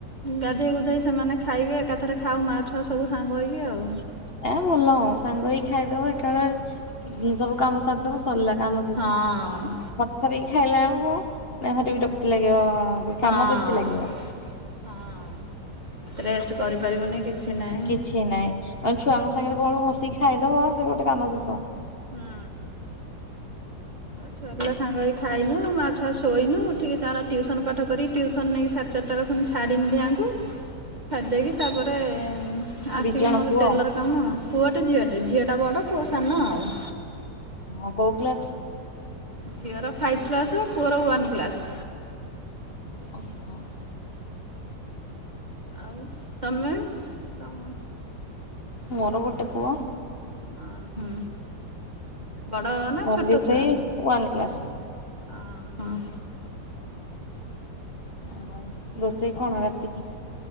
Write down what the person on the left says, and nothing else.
ଏ ଭଲ ସାଙ୍ଗ ହେଇକ ଖାଇଦବ ଏକାଳେ ସବୁ କାମ ସାରିଦବ ସରିଲା। ରାମଶେଷ
ଥର ଥରିକି ଖାଇଲା ଆଉ ମୁଁ ନେହରି ବି ଲାଗିବ
କାମ ବେଶୀ ଲାଗିବ।
କିଛି ନାହିଁ ମେ ଛୁଆଙ୍କ ସାଙ୍ଗରେ କଣ ବସିକି ଖାଇଦବ ସେ ଗୋଟେ କାମ ଶେଷ।
ଦି ଜଣ
ପୁଅ
ଓହୋ କଉ କ୍ଲାସ୍?
ଓହୋ।
ମୋର ଗୋଟେ ପୁଅ।
ମୋର
ବି ସେଇ
ୱାନ୍ କ୍ଲାସ।
ଆଉ
ରୋଷେଇ କଣ ରାତିକି?